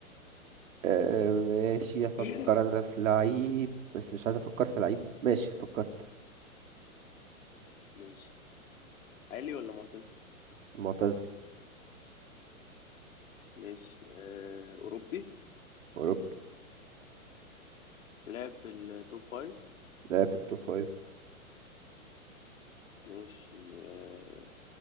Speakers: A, on the right; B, on the left.
A: آه، ماشي افكر
B: <laughs>
A: انا في لعيب بس مش عايز افكر في لعيب ماشي فكرت
B: ماشي حالي ولا معتزل
A: معتزل
B: ماشي آه اوروبي
A: اوروبي
B: لعب في التوب فايف
A: لا في التوب فايف
B: ماشي آه